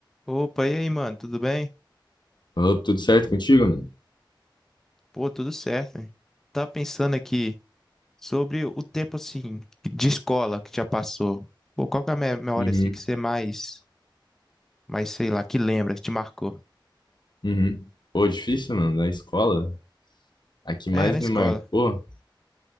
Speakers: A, in the centre; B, on the left.
A: Opa, e aí, mano, tudo bem?
B: Falou tudo certo contigo, mano?
A: Pô, tudo certo, hein? Tava pensando aqui sobre o tempo, assim, de escola que já passou. Pô, qual que é a me- memória,
B: Uhum,
A: assim, que você mais, mais, sei lá, que lembra, que te marcou?
B: uhum. Pô, difícil, mano, da escola. A que mais
A: É, na escola.
B: me marcou.